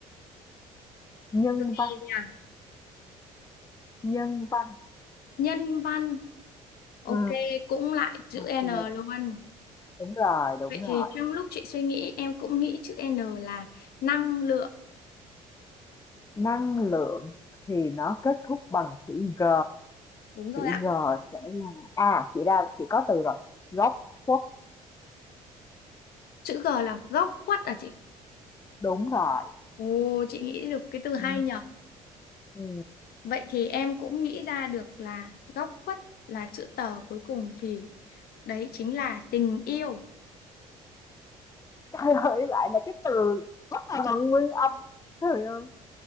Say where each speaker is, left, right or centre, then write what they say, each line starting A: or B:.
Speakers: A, on the left; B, on the left.
A: nhân
B: Chữ gì
A: văn
B: nhỉ?
A: nhân văn
B: Nhân văn. Ok,
A: ừ,
B: cũng lại chữ
A: ok
B: N luôn.
A: đúng rồi đúng
B: Vậy
A: rồi
B: thì trong lúc chị suy nghĩ, em cũng nghĩ chữ N là năng lượng.
A: năng lượng thì nó kết thúc bằng chữ g
B: Đúng rồi
A: chữ
B: ạ.
A: g sẽ là à chị ra chị có từ rồi góc khuất
B: Chữ G là góc khuất à chị?
A: đúng rồi
B: Ồ, chị nghĩ được cái từ hay
A: ừ.
B: nhở
A: Ừ.
B: Vậy thì em cũng nghĩ ra được là góc khuất là chữ tờ cuối cùng thì đấy chính là tình yêu.
A: trời ơi lại là cái từ rất là bằng nguyên âm trời ơi